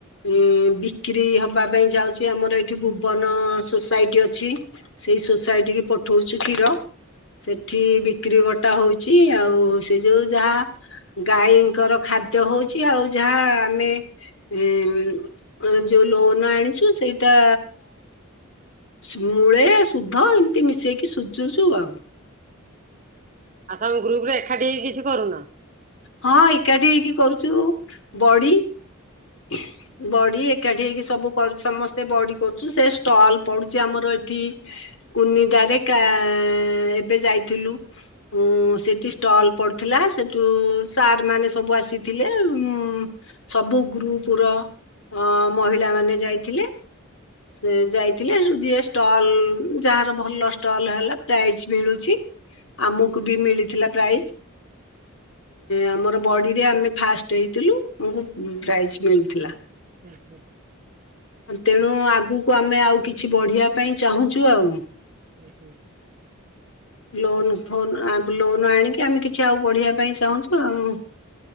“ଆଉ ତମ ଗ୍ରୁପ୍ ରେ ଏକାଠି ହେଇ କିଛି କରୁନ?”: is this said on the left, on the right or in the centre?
Right